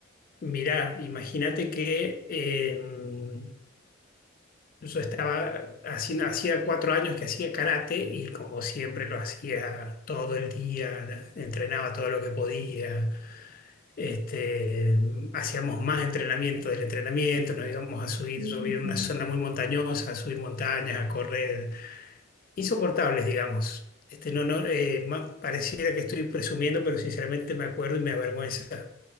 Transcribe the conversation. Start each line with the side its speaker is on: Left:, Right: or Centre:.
Left: Mirá, imagínate que... em, Yo estaba haciendo, hacía cuatro años que hacía karate y como siempre lo hacía todo el día, entrenaba todo lo que podía, este, hacíamos más entrenamiento del entrenamiento, nos íbamos a subir,
Right: Sí,
Left: yo
Right: sí,
Left: vivía en
Right: sí.
Left: una zona muy montañosa, a subir montañas, a correr, insoportables, digamos. Este, no, no, eh, más pareciera que estoy presumiendo, pero sinceramente me acuerdo y me avergüenza